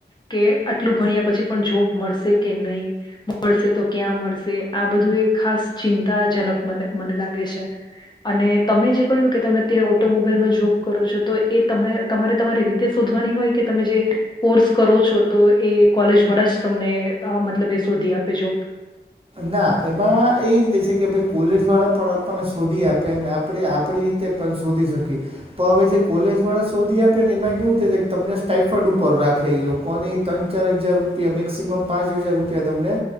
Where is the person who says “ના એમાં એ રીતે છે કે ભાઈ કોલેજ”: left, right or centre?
Right